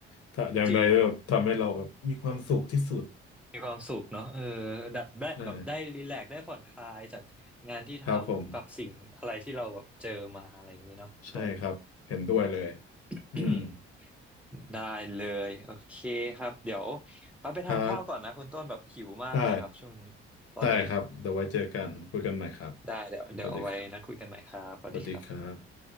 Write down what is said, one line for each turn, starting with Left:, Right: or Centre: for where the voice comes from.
Left: ถ้าอย่างใดก็ทำให้เราแบบมีความสุขที่สุด
Centre: จริงมีความสุขเนาะเออดับได้แบบได้รีแลกซ์ได้ผ่อนคลายจากงานที่ทำหรือแบบสิ่งอะไรที่เราแบบเจอมาอะไรอย่างงี้เนาะต้น
Left: ใช่ครับผมใช่ครับเห็นด้วยเลย
Centre: <coughs>
Left: อืม
Centre: ได้เลยโอเคครับเดี๋ยวปั๊บไปทานข้าวก่อนนะคุณต้นแบบหิวมากเลยครับช่วงนี้ตอนนี้
Left: ครับ ได้ ได้ครับเดี๋ยวไว้เจอกัน คุยกันใหม่ครับ
Centre: ได้เดี๋ยวเดี๋ยวเอาไว้นะคุยกันใหม่ครับสวัสดีครับ
Left: สวัสดีครับสวัสดีครับ